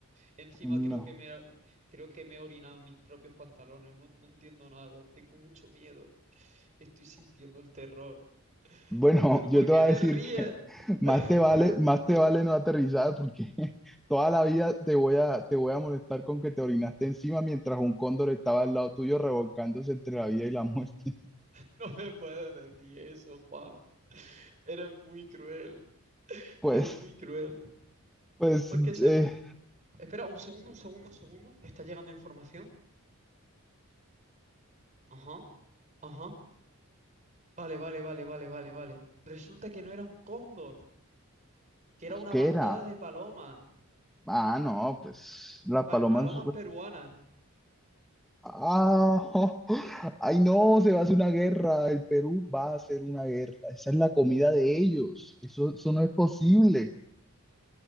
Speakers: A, on the right; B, in the centre.
A: Encima
B: no.
A: creo que me, creo que me he orinado en mis propios pantalones, no, no entiendo nada, tengo mucho miedo, estoy sintiendo el terror.
B: Bueno,
A: ¿Pero
B: yo
A: por
B: te
A: qué
B: voy a
A: te
B: decir
A: ríes?
B: que <laughs> más
A: <laughs>
B: te vale, más te vale no aterrizar porque <laughs> toda la vida te voy a, te voy a molestar con que te orinaste encima mientras un cóndor estaba al lado tuyo revolcándose entre la vida y la muerte. <laughs>
A: No me puedes decir eso, Juan. Eres muy cruel,
B: Pues,
A: eres muy cruel.
B: pues,
A: Es que se...
B: eh,
A: Espera, un segundo, un segundo, un segundo. Está llegando información. Ajá, ajá. Vale, vale, vale, vale, vale, vale. Resulta que no era un cóndor, que era una
B: ¿qué
A: bandada
B: era?
A: de palomas.
B: Ah, no, pues las
A: pa-
B: palomas.
A: palomas peruanas.
B: Ah, <laughs> ay no, se va a hacer una guerra. El Perú va a hacer una guerra. Esa es la comida de ellos. Eso, eso no es posible.